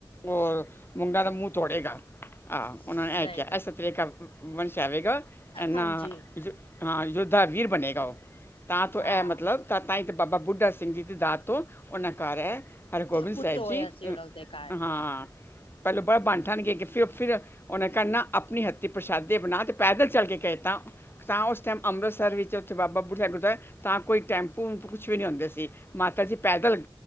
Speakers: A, on the left (about 25°); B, on the left (about 70°).
A: ਔਰ ਮੁੰਡਾ ਦਾ ਮੂੰ ਤੋੜੇਗਾ। ਆ
B: ਸਹੀ
A: ਉਨਾਂ ਨੇ ਐ ਕਿਆ
B: ਗੱਲ
A: ਐਸਾ ਤੇਰੇ ਘਰ ਵੰਸ਼ ਆਵੇਗਾ ਏਨਾ
B: ਹਾਂਜੀ
A: ਹਾਂ ਯੋਧਾ, ਵੀਰ ਬਣੇਗਾ ਓ ਤਾਂ ਤੋ
B: ਹਾਂ
A: ਐ ਮਤਲਬ ਤਾਂਈ ਤੇ ਬਾਬਾ ਬੁੱਢਾ ਸਿੰਘ ਜੀ ਦੀ ਦਾਤ ਤੋ ਉਨਾਂ ਘਰ ਐ ਹਰਗੋਬਿੰਦ
B: ਪੁੱਤ
A: ਸਾਇਬ
B: ਹੋਇਆ
A: ਜੀ
B: ਸੀ ਉਹ ਲੋਕ ਦੇ ਘਰ
A: ਹਾਂ
B: ਤੇ
A: ਪੈਲੇ ਬੜਾ ਬੰਨ ਠਨ ਕੇ ਗੀ ਫਿ, ਫਿਰ ਉਨੇ ਕੇਆ ਨਾ ਆਪਨੀ ਹੱਥੀ ਪ੍ਰਸ਼ਾਦੇ ਬਨਾ ਤੇ ਪੈਦਲ ਚਲ ਕੇ ਕੈਤਾ ਤਾਂ ਓਸ ਟੈਮ ਅੰਮ੍ਰਿਤਸਰ ਵਿੱਚ ਉੱਥੇ ਬਾਬਾ ਬੁੱਢਾ ਗੁਰਦੁਆਰਾ ਤਾਂ ਕੋਈ ਟੈਂਪੂ ਕੁਛ ਵੀ ਨੀ ਹੋਂਦੇ ਸੀ ਮਾਤਾ ਜੀ ਪੈਦਲ ਗ